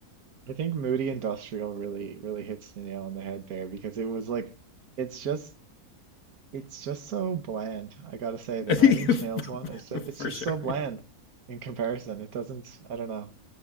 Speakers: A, on the right (about 70°); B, on the left (about 75°).
A: I think Moody Industrial really really hits the nail on the head there because it was like it's just it's just so bland. I gotta say the
B: <laughs>
A: Nine Inch Nails one is just it's
B: for
A: just
B: sure.
A: so bland in comparison. It doesn't I don't know.